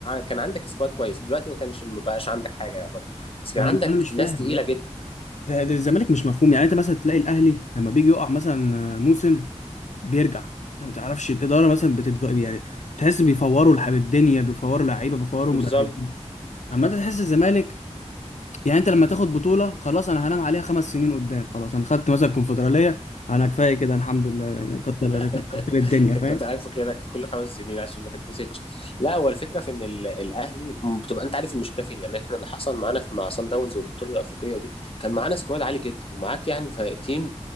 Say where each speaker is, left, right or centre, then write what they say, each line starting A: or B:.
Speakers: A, on the left (about 50°); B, on the left (about 85°).
A: كان عندك سكواد كويس دلوقتي ما كانش ما بقاش عندك حاجه يعتبر بس كان
B: ما انا
A: عندك
B: أنا مش
A: ناس
B: فاهم
A: تقيله
B: بجد
A: جدا
B: ده ده الزمالك مش مفهوم يعني انت مثلا تلاقي الاهلي لما بيجي يقع مثلا موسم بيرجع ما تعرفش الاداره مثلا بتتج... يعني تحس بيفوروا الحب الدنيا بيفوروا لعيبه بيفوروا
A: بالظبط
B: مدربين اما انت تحس الزمالك يعني انت لما تاخد بطوله خلاص انا هنام عليها خمس سنين قدام خلاص انا خدت مثلا كونفدراليه انا كفايه كده الحمد لله يعني كتر كتر
A: <laughs>
B: خير الدنيا
A: كنت
B: فاهم
A: عارف غيرك في كل خمس سنين عشان ما تتحسدش لا هو الفكره في ان ال- الاهلي م- بتبقى انت عارف المشكله فين يعني احنا اللي حصل معانا في مع سان داونز والبطوله الافريقيه ودي كان معانا سكواد عالي جدا ومعاك يعني تيم